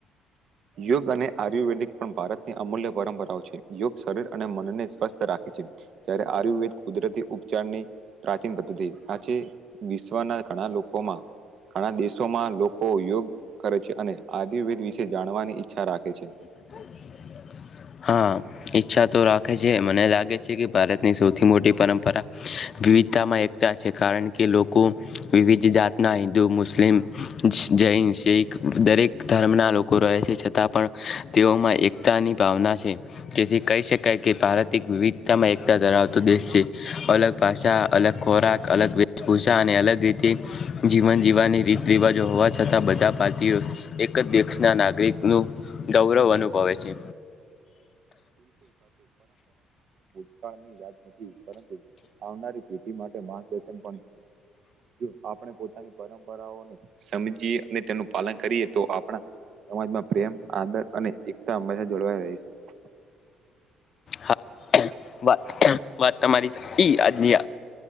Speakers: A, on the right (about 60°); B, on the left (about 50°).
A: યોગ અને આયુર્વેદિક પણ ભારતની અમૂલ્ય પરંપરાઓ છે. યોગ શરીર અને મન ને સ્વસ્થ રાખે. જ્યારે આયુર્વેદ કુદરતી ઉપચારની પ્રાચીન પદ્ધતિ આ છે. વિશ્વના ઘણા લોકોમાં, ઘણા દેશોમાં લોકો યોગ કરે છે અને આ દ વિશે જાણવાની ઈચ્છા રાખે છે.
B: હ <inaudible> હા ઈચ્છા તો રાખે છે મને લાગે છે કે ભારતની સૌથી મોટી પરંપરા વિવિધતામાં એકતા છે કારણ કે લોકો, વિવિધ જાતના હિન્દુ મુસ્લિમ જૈન શીખ દરેક ધર્મના લોકો રહે છે છતાં પણ, તેઓમાં એકતાની ભાવના છે, જેથી કહી શકાય કે ભારત એક વિવિધતામાં એકતા ધરાવતો દેશ છે, અલગ ભાષા અલગ ખોરાક અલગ વેશભૂષા અને અલગ રીતે, જીવન જીવવાની રીત રિવાજો હોવા થતાં બધા ભારતીયો, એક જ દેશના નાગરિક નું ગૌરવ અનુભવે છે.
A: ભકાળ ની યાદ નથી પરંતુ, આવનારી પેઢી માટે માર્ગદર્શન પણ છે. જો આપણે પોતાની પરંપરાઓને સમજીએ અને તેનું પાલન કરીએ તો આપણા સમાજમાં પ્રેમ આદર અને એકતા હંમેશા જળવાઈ રહી છે.
B: હા વાત વાત તમારી ઈ આજની